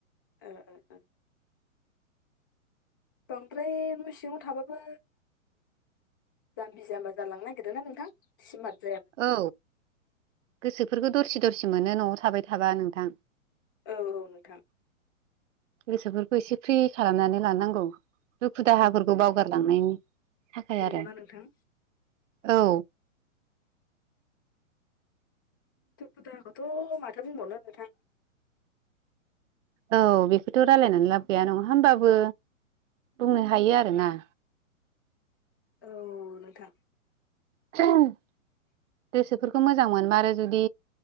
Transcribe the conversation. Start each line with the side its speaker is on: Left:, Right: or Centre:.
Left: ओ ओ ओ। बांद्राय न' सिङाव थाबाबो जाम्बि जाम्बा जालांनो नागिरोना नोंथां सिमार्ट
Right: औ गोसोफोरखौ दरसि दरसि मोनो न'आव थाबाय थाबा नोंथां।
Left: औ औ नोंथां।
Right: गोसोफोरखौ एसे फ्रि खालामनानै लानांगौ दुखु दाहाफोरखौ
Left: औ
Right: बावगारलांनायनि। थाखाय
Left: नंगौना
Right: आरो
Left: नोंथां
Right: औ।
Left: दुखु दाहाखौथ' माथो माथो बुंबावनो नोंथां।
Right: औ बेखौथ' रायलायनानै लाब गैया नङा होमबाबो बुंनो हायो आरोना।
Left: औ नोंथां।
Right: <inaudible> गोसोफोरखौ मोजां मोनमारो जुदि